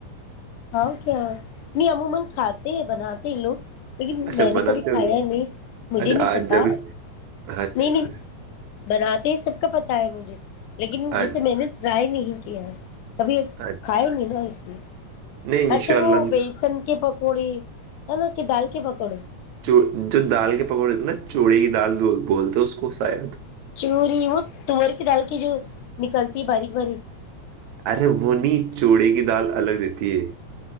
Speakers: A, on the left; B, on the right.
A: <inaudible> لیکن
B: اچھا
A: میں نے
B: بناتے
A: کبھی کھایا
B: ہو گیا
A: نہیں مجھے
B: اچھا
A: نہیں
B: آج
A: پتا
B: جب اچھا
A: نہیں
B: اچھا
A: نہیں بناتے ہی سب کا پتا ہے مجھے لیکن
B: اچھا
A: جیسے میں نے ٹرائی نہیں کیا ہے کبھی
B: اچھا
A: کھایا نہیں نا اس نے
B: نہیں ان
A: اچھا
B: شاء اللہ
A: وہ بیسن کے پکوڑی ہے نا کہ دال کے پکوڑو
B: جو دال کے پکوڑے تھے نا چوڑے کی دال بولتے اس کو سا تھا
A: چوری وہ تور کی دال کی جو نکلتی ہے باریک باریک
B: ارے وہ نہیں چوڑے کی دال الگ دیتی ہے